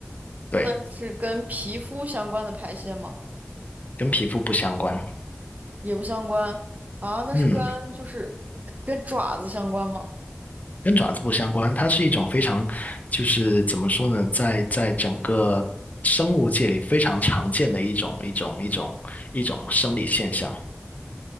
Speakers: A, on the left (about 40°); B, on the right (about 40°).
A: 对，
B: 那是跟皮肤相关的排泄吗？
A: 跟皮肤不相关。
B: 也不相关啊，那是跟就是跟爪子相关吗？
A: 嗯，跟爪子不相关，它是一种非常，就是怎么说呢，在在整个生物界里非常常见的一种一种一种一种生理现象，